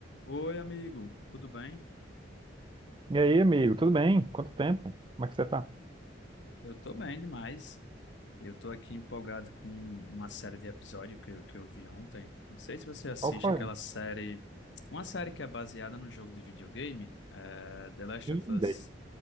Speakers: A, on the left; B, on the right.
A: Oi, amigo, tudo bem?
B: E aí, amigo, tudo bem? Quanto tempo? Como é que você tá?
A: Eu tô bem demais. Eu tô aqui empolgado com uma série de episódios que eu, que eu vi ontem. Não sei se você assiste
B: Qual foi?
A: aquela série, uma série que é baseada no jogo de videogame, é, The Last
B: Sim,
A: of
B: daí.
A: Us.